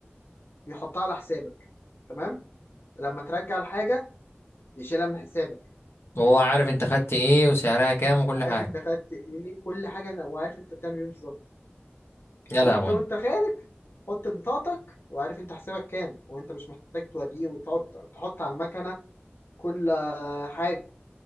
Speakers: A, on the left (about 70°); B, on the left (about 80°).
A: بيحطها على حسابك تمام لما ترجع الحاجة يشيلها من حسابك
B: وهو عارف انت خدت ايه وسعرها كام وكل حاجه
A: عارف انت خدت ايه كل حاجة أنا- وعارف انت بتعمل ايه بالظبط
B: يا
A: وانت
B: لهوي
A: وانت خارج حط بطاقتك وعارف انت حسابك كام وانت مش محتاج توريه وتقعد تحط على المكنة كل آه، حاجة